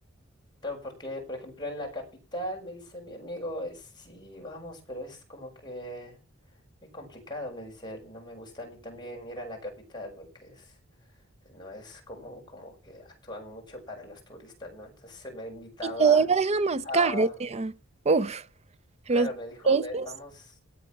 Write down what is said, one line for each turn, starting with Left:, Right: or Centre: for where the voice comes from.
Left: Claro, porque, por ejemplo, en la capital me dice mi amigo, "Eh, sí, vamos, pero es como que muy complicado, me dice él. No me gusta a mí también ir a la capital porque es, no es como, como que actúan mucho para los turistas, ¿no? Entonces me invitaba
Right: Y todo lo deja más
Left: a,
Right: caro, o sea, uff,
Left: claro,
Right: los
Left: me dijo,
Right: precios.
Left: ven, vamos,